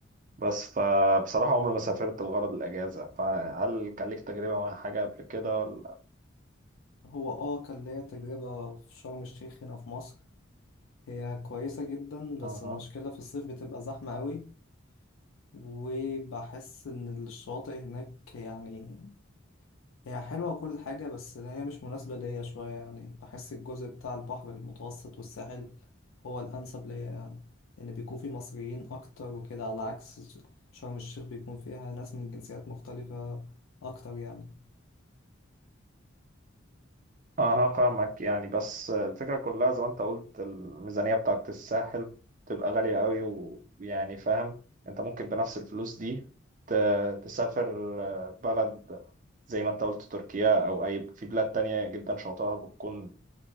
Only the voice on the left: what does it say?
هو آه كان ليا تجربة في شرم الشيخ هنا في مصر هي كويسة جدا بس
المشكلة في الصيف بتبقى زحمة قوي وبحس إن الشواطئ هناك يعني هي حلوة كل حاجة بس هي مش مناسبة ليا شوية يعني بحس الجزء بتاع البحر المتوسط والساحل هو الأنسب ليا يعني لأن بيكون فيه مصريين أكتر وكده على عكس ش- شرم الشيخ بيكون فيها ناس من جنسيات مختلفة أكتر يعني